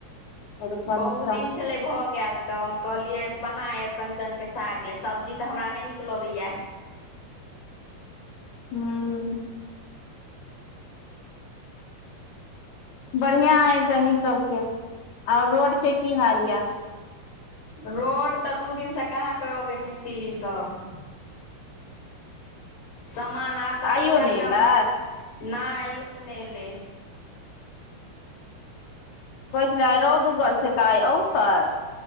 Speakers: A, on the left (about 75°); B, on the left (about 50°).
A: अरिकंचन
B: बहुत दिन छलै भऽ गेल तऽ हम कहलियै बना अरकंचनके साग य सब्जी तऽ हमरा नहि नीक लगैया
A: हूँ बढ़िया अछिय अही सबके आऔर रोड के की हाल यऽ
B: रोड तऽ दू दिन से कहाँ के अबे मिस्त्री सब सामान आब तऽ
A: आइयो
B: पूरा
A: ने
B: काम
A: एलै
B: न आइयो ने एले
A: कहै छलै आइ रौद उगल छै तऽ आइ औतै